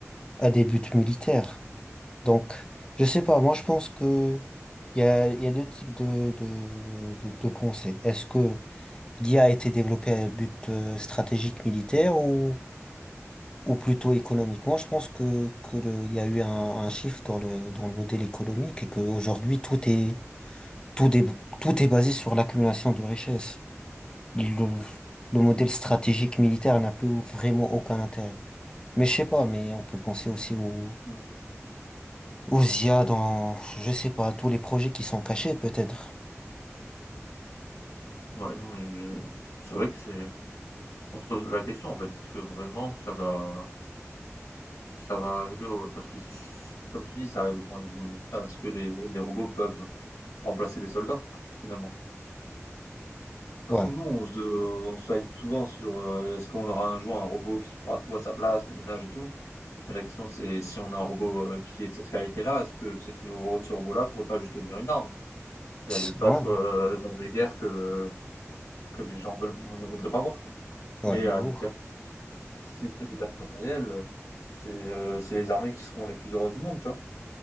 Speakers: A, on the left; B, on the left.
A: à des buts militaires. Donc, je sais pas, moi je pense que il y a, il y a deux types de, de, de, de pensée. Est-ce que l'IA a a été développée à but euh, stratégique militaire ou, ou plutôt économique? Moi je pense que, que le, il y a eu un, un shift dans le, dans le modèle économique et qu'aujourd'hui tout est, tout est, tout est basé sur l'accumulation de richesses. Le, le modèle stratégique militaire n'a plus vraiment aucun intérêt. Mais je sais pas, mais on peut penser aussi au
B: Mmh.
A: Ou Zia dans, je sais pas, tous les projets qui sont cachés, peut-être.
B: Ouais, non, mais je c'est vrai que c'est on se pose la question, en fait. Est-ce que vraiment ça va ça va arriver au parce que si, comme tu dis, ça arrive au point de vue militaire, est-ce que les, les robots peuvent remplacer des soldats, finalement? Parce
A: Ouais.
B: que nous, on se, on se hype souvent sur euh, est-ce qu'on aura un jour un robot qui fera tout à sa place, le ménage et tout. Mais la question, c'est si on a un robot euh, qui est de cette qualité-là, est-ce que cette- ce robot-là pourrait pas juste tenir une arme et
A: C'est-
B: aller se battre
A: Ouais,
B: euh, dans des guerres que, que les gens veulent- ne voudraient pas voir, quoi.
A: ouais,
B: mais
A: de
B: à
A: ouf.
B: des Si c'est que des pertes matérielles, c'est, heu, c'est les armées qui seront les plus heureuses du monde, tu vois?